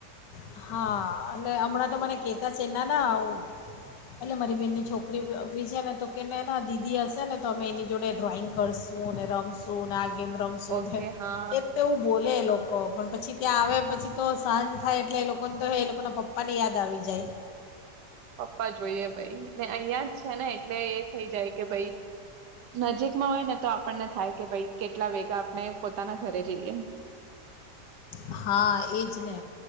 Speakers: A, on the left (about 85°); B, on the right (about 80°).
A: હા એને હમણાં તો મને કેહતા છે ના ના હું એટલે મારી બેનની છોકરી બી છે ને તો કેને એ દીદી હશે ને તો અમે એની જોડે ડ્રોઈંગ કરશું રમશું ને અ ગમે રમસુ
B: ઓકે
A: <unintelligible>
B: હા
A: એટલે એવું બોલે લોકો પણ પછી ત્યાં આવે પછી તો થાય એટલે એ લોકોને તો એ લોકોના પપ્પા ને યાદ આવી જાય.
B: પપ્પા જોઈએે ભાઈ. અહીંયા જ છે ને એટલે એ થઈ જાય કે ભાઈ નજીકમાં હોય ને તો આ પણને થાય કે ભાઈ કેટલા વેગા આપણે. પોતાના ઘરે જઈએ.
A: હા એ જ ને